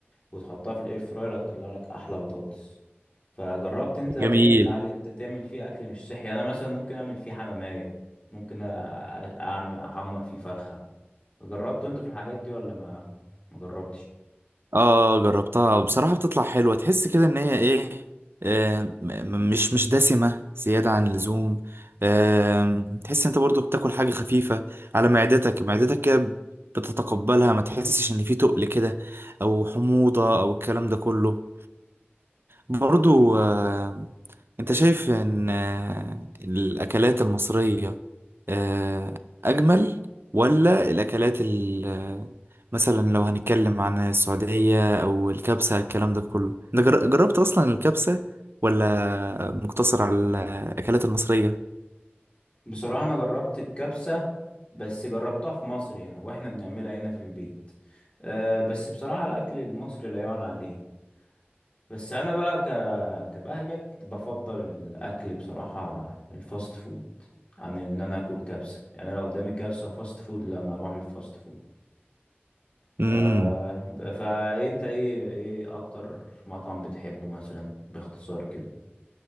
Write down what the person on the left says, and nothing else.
وتحطها في الاير فراير هتطلع لك احلى بطاطس فجربت انت تعمل
علي... تعمل فيه اكل مش صحي يعني انا مثلا ممكن اعمل فيه حمامية ممكن أ- اعمل احمر فيه فرخة جربته انت في الحاجات دي ولا ما ما جربتش
بصراحة انا جربت الكبسة بس جربتها في مصر هنا واحنا بنعملها هنا في البيت أه بس بصراحة الاكل المصري لا يعلى عليه بس انا بقى ك... كبهجت بفضل الاكل بصراحة الفاست فود عن ان انا اكل كبسة يعني لو قدامي كبسة وفاست فود لا انا اروح للفاست فود
أه ب- فانت ايه ايه اكتر مطعم بتحبه مثلا باختصار كده